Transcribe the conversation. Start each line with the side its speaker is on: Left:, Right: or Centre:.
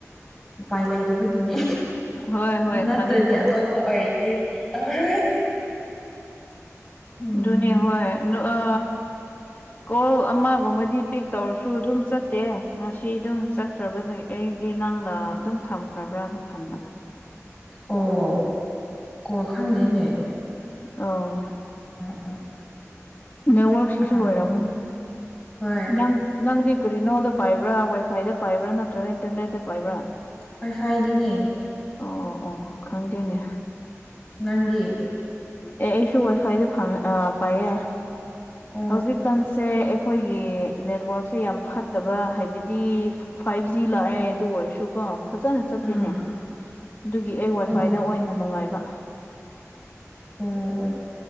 Centre: ꯎꯄꯥꯏ ꯂꯩꯇꯕꯒꯤꯅꯦ
Left: ꯍꯣꯏ ꯍꯣꯏ
Centre: ꯅꯠꯇ꯭ꯔꯗꯤ
Left: ꯈꯪꯉꯦ ꯈꯪꯉꯦ
Centre: ꯑꯇꯣꯞꯄ ꯑꯣꯏꯔꯗꯤ ꯄꯤ ꯇꯔꯣꯏ ꯎꯝ
Left: ꯑ ꯅꯤ ꯍꯣꯏ ꯑ ꯀꯣꯜ ꯑꯃꯒꯨꯝꯕꯗꯤ ꯄꯤꯛ ꯇꯧꯔꯁꯨ ꯑꯗꯨꯝ ꯆꯠꯇꯦ ꯉꯁꯤ ꯑꯗꯨꯝ ꯆꯠꯈ꯭ꯔꯕ ꯑꯩ ꯗꯤ ꯅꯪꯅ ꯑꯗꯨꯝ ꯊꯝꯈ꯭ꯔꯕ꯭ꯔꯅ ꯈꯟꯕ
Centre: ꯑꯣ ꯀꯣ ꯈꯪꯗꯦꯅꯦ
Left: ꯑꯣ
Centre: ꯑꯝ ꯎꯝ
Left: ꯅꯦꯠꯋꯔꯛꯁꯤꯁꯨ
Centre: ꯑꯥ
Left: ꯑꯣꯏꯔꯝꯒꯅꯤ
Centre: ꯍꯣꯏ
Left: ꯅꯪ ꯅꯪꯗꯤ ꯀꯔꯤꯅꯣꯗ ꯄꯥꯏꯕ꯭ꯔꯥ ꯋꯥꯏꯐꯥꯏꯗ ꯄꯥꯏꯕ꯭ꯔꯥ ꯅꯠꯇ꯭ꯔꯒ ꯏꯟꯇꯔꯅꯦꯠꯇ ꯄꯥꯏꯕ꯭ꯔꯥ
Centre: ꯐꯣꯏꯐꯥꯏꯗꯅꯦ
Left: ꯑꯣ ꯑꯣ ꯑꯣ ꯈꯪꯗꯦꯅꯦ
Centre: ꯅꯗꯤ
Left: ꯑꯦ ꯑꯩꯁꯨ ꯋꯥꯏꯐꯥꯏꯗ ꯐ ꯄꯥꯏꯌꯦ
Centre: ꯑꯣ
Left: ꯍꯧꯖꯤꯛꯀꯥꯟꯁꯦ ꯑꯩꯈꯣꯏꯒꯤ ꯅꯦꯠꯋꯔꯛꯁꯦ ꯌꯥꯝ ꯐꯠꯇꯕ ꯍꯥꯏꯕꯗꯤ ꯐꯥꯏꯚ ꯖꯤ ꯂꯥꯛꯑꯦ ꯑꯗꯨ ꯑꯣꯏꯔꯁꯨꯀꯣ ꯐꯖꯅ ꯆꯠꯇꯦꯅꯦ
Centre: ꯎꯝ
Left: ꯑꯗꯨꯒꯤ ꯑꯩ ꯋꯥꯏꯐꯥꯏꯗ
Centre: ꯑꯣ
Left: ꯑꯣꯏꯅ ꯅꯨꯡꯉꯥꯏꯕ
Centre: ꯑꯣ ꯑꯣ